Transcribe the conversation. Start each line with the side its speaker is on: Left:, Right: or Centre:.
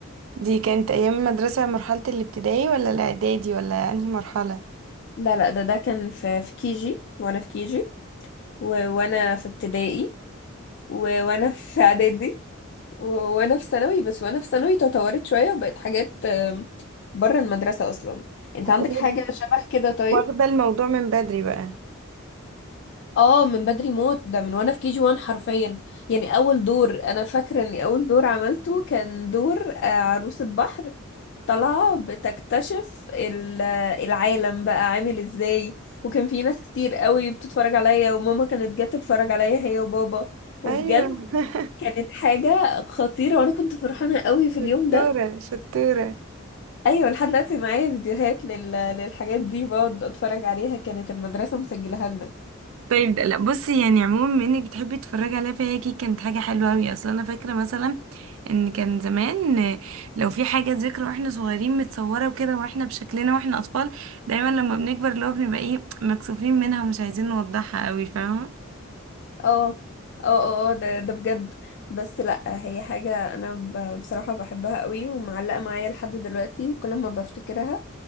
Right: دي كانت أيام المدرسة مرحلة الابتدائي ولا الإعدادي ولا أنهي مرحلة
Left: لا لا ده ده كان في في كيجي وانا في كيجي و- وانا في ابتدائي و... وانا في اعدادي و... وانا في ثانوي بس وانا في ثانوي تطورت شوية وبقت حاجات آم، بره المدرسة اصلا انت
Right: واخدة
Left: عندك حاجة شبه كده طيب
Right: واخدة الموضوع من بدري بقى
Left: اه من بدري موت ده من وانا في كي جي 1 حرفيا يعني اول دور انا فاكرة اني اول دور عملته كان دور آه، عروسة بحر طالعة بتكتشف ال- العالم بقى عامل ازاي وكان في ناس كتير قوي بتتفرج عليا وماما كانت جت تتفرج عليا هي وبابا وبجد
Right: أيوة <laughs>
Left: كانت حاجة خطيرة وانا كنت فرحانة قوي في
Right: شطورة
Left: اليوم ده
Right: شطورة
Left: ايوه لحد دلوقتي معايا فيديوهات لل... للحاجات دي بقعد اتفرج عليها كانت المدرسة مسجلها لنا
Right: طيب ده- لا بصي يعني عموما بما انك بتحبي تتفرجي عليها فهي اكيد كانت حاجه حلوه قوي اصلا انا فاكره مثلا ان كان زمان آه، لو في حاجه ذكرى واحنا صغيرين متصوره وكده واحنا بشكلنا واحنا اطفال دايما لما بنكبر اللي هو بنبقى ايه مكسوفين منها ومش عايزين نوضحها قوي فاهمه
Left: اه اه اه آه، ده ده بجد بس لا هي حاجة انا ب... بصراحة بحبها قوي ومعلقة معايا لحد دلوقتي وكل ما بفتكرها